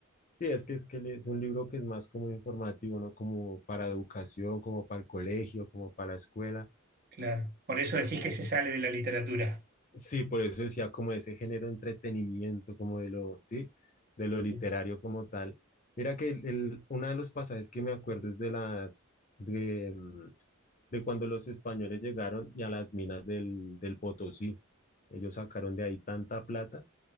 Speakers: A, on the left; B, on the right.
A: Sí, es que es que le- es un libro que es más como informativo, ¿no? Como para educación, como para el colegio, como para la escuela.
B: Claro. Por eso decís que se sale de la literatura.
A: Sí, por eso decía como ese género de entretenimiento, como de lo, sí, de lo
B: Sí,
A: literario como tal. Mira que el, el- uno de los pasajes que me acuerdo es de las, de, mm, de cuando los españoles llegaron y a las minas del, del Potosí. Ellos sacaron de ahí tanta plata